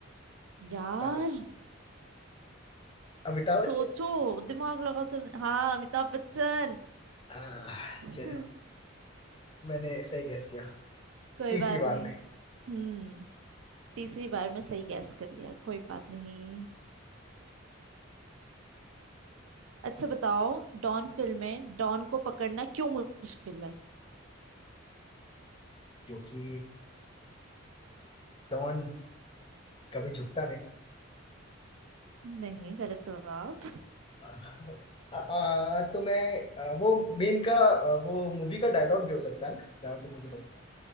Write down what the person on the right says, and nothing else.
यार
सोचो दिमाग लगाओ तो हाँ अमिताभ बच्चन
<laughs>
कोई
बात
नहीं
हम्म तीसरी बार में सही गैस कर लिया कोई बात नहीं अच्छा बताओ डॉन फिल्म में डॉन को पकड़ना क्यों मुश्किल है
नहीं गलत जवाब